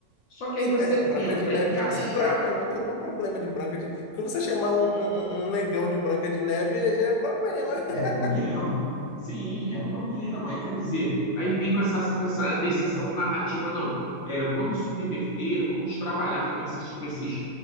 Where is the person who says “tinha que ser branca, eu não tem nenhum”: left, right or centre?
Left